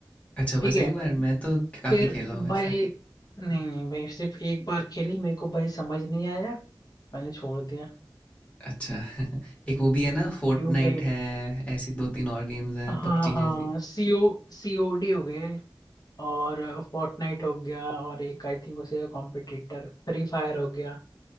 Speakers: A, on the left; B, on the left.
A: अच्छा बस
B: ठीक है
A: एक बार मैं तो काफ़ी
B: फिर
A: खेला हूँ वैसे
B: भाई नहीं नहीं भाई सिर्फ एक बार खेली मेरे को भाई समझ नहीं आया मैंने छोड़ दिया
A: अच्छा <laughs> एक वो भी है ना फोर्टनाइट
B: क्यों भाई
A: है ऐसी दो तीन और गेम्स हैं
B: हाँ
A: पबजी
B: हाँ
A: जैसी
B: सीओ सीओडी हो गए और फोर्टनाइट हो गया और एक आई थिंक उसे कॉम्पिटिटर फ्री फायर हो गया